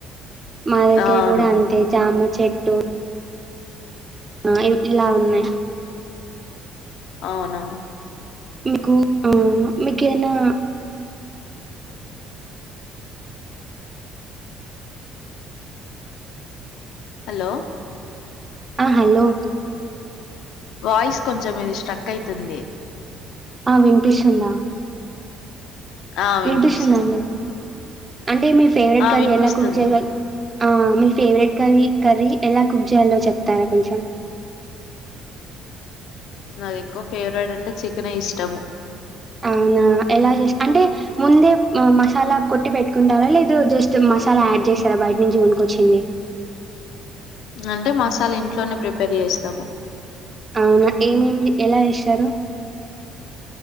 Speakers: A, on the right (about 20°); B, on the left (about 70°).
A: మా దగ్గర
B: ఆ అవును
A: కూడా అంతే జామ చెట్టు ఆ ఇలా ఉన్నాయి
B: అవునా
A: మీకు ఆ మీకు కేనా
B: హలో
A: ఆ, హలో
B: వాయిస్ కొంచెం ఇది స్ట్రక్ అయితుంది
A: ఆ వినిపిస్తుందా
B: ఆ వినిపిస్తుంది
A: వినిపిస్తుందా అండి అంటే మీ ఫేవరెట్
B: ఆ
A: కర్రీ
B: వినిపిస్తుంది
A: ఎలా కుక్ చేసా ఆ మీ ఫేవరెట్ కర్రీ కర్రీ ఎలా కుక్ చేయాలో చెప్తారా కొంచెం
B: నాకు ఎక్కువ ఫేవరేట్ అంటే చికెన్ ఇష్టము
A: అవునా ఎలా చేసి అంటే ముందే మసాలా కొట్టి పెట్టుకుంటారా లేదు జస్ట్ మసాలా యాడ్ చేసారా బయట నుంచి కొనుకొచ్చింది
B: అంటే మసాలా ఇంట్లోనే ప్రిపేర్ చేస్తాము
A: అవునా ఏమేం ఎలా చేస్తారు